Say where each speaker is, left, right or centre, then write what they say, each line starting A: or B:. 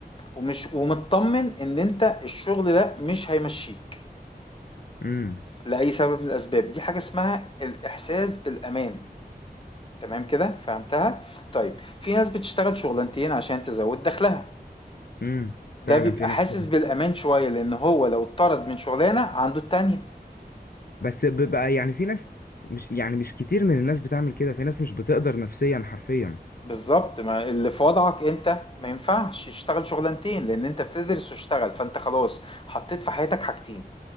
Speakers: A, on the left; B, on the left.
A: ومش ومطمن ان انت الشغل ده مش هيمشيك
B: امم
A: لاي سبب من الاسباب دي حاجه اسمها الاحساس بالامان تمام كده فهمتها طيب في ناس بتشتغل شغلانتين عشان تزود دخلها
B: امم
A: ده
B: فعلا
A: بيبقى
B: في ناس
A: حاسس
B: كده
A: بالامان شويه لان هو لو اتطرد من شغلانه عنده التانية
B: بس بيبقى يعني في ناس مش يعني مش كتير من الناس بتعمل كده في ناس مش بتقدر نفسيا حرفيا
A: بالظبط ما اللي في وضعك انت ما ينفعش يشتغل شغلانتين لان انت بتدرس واشتغل فانت خلاص حطيت في حياتك حاجتين